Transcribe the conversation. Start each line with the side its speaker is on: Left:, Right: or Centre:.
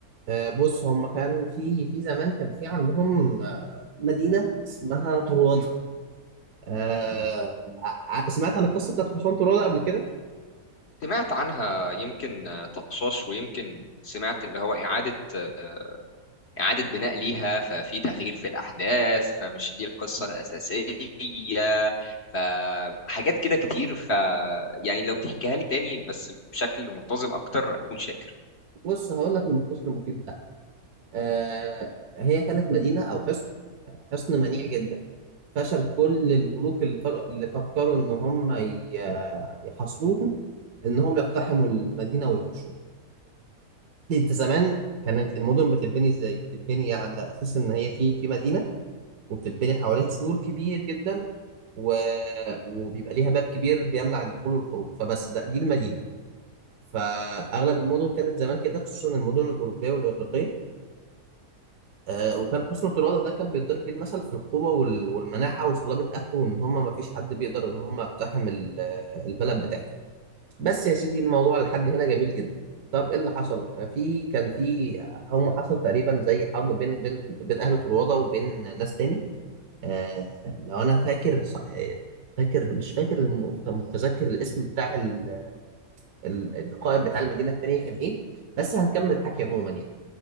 Right: آه، بص هم كان في في زمان كان في عندهم آه، مدينه اسمها طروادة آه، ع- ع- سمعت عن القصه بتاعت حصان طروادة قبل كده
Left: سمعت عنها يمكن آه، طشاش ويمكن سمعت اللي هو اعاده آه، اعاده بناء ليها ففي تغيير في الاحداث فمش دي القصه الاساسيه فحاجات كده كتير ف يعني لو تحكيها لي تاني بس بشكل منتظم اكتر اكون شاكر
Right: بص هقول لك المختصر المفيد بتاعها آه هي كانت مدينة أو حصن حصن منيع جدا فشل كل الملوك اللي فك- اللي فكروا إن هم ي- يحاصروهم إن هم يقتحموا المدينة ويخشوها أنت زمان كانت المدن بتتبني إزاي؟ بتتبني على أساس إن هي في في مدينة وبتتبني حواليها سور كبير جدا و... وبيبقى ليها باب كبير بيمنع الدخول والخروج فبس ده دي المدينة فأغلب المدن كانت زمان كده خصوصا المدن الأوروبية والإغريقية آه وكان حسن ترادة ده كان بيتضرب بيه المثل في القوة وال- والمناعة وصلابة أهله وإن هما مفيش حد بيقدر إن هما يقتحم ال- آه، البلد بتاعته بس يا سيدي الموضوع لحد هنا جميل جدا طب إيه اللي حصل؟ آه، في كان في هم حصل تقريبا زي حرب بين بين بين أهل ترادة وبين ناس تاني آه لو أنا فاكر ص- آه، فاكر مش فاكر الم- متذكر الاسم بتاع ال- ال- القائد بتاع المدينة التانية كان إيه بس هنكمل الحكي عموما يعني